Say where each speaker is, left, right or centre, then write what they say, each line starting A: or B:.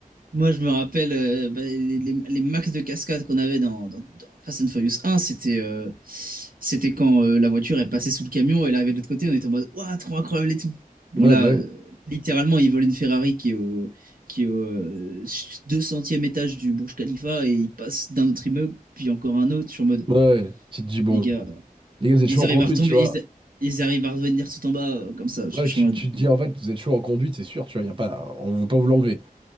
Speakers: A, on the right; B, on the right.
A: moi, je me rappelle euh, bah, les, les, les max de cascade qu'on avait dans, dans, dans Fast and Furious 1, c'était euh, c'était quand euh, la voiture est passée sous le camion, et elle arrivait de l'autre côté, on était en mode, waouh, trop incroyable et tout. Bon,
B: Ouais,
A: là,
B: bah ouais.
A: euh, littéralement, ils volent une Ferrari qui est au, qui est au euh, 200e étage du Burj Khalifa et ils passent d'un autre immeuble, puis encore un autre. Je suis en mode,
B: Ouais, ouais. tu te dis, bon.
A: les gars,
B: Les gars, vous êtes
A: Et
B: chaud
A: ils
B: en
A: arrivent
B: conduite,
A: à retomber,
B: tu vois.
A: ils, ils arrivent à revenir tout en bas, euh, comme ça. Je
B: Ouais,
A: je suis
B: tu,
A: en mode,
B: tu te dis, en fait, vous êtes chaud en conduite, c'est sûr, tu vois, y a pas, on veut pas vous l'enlever.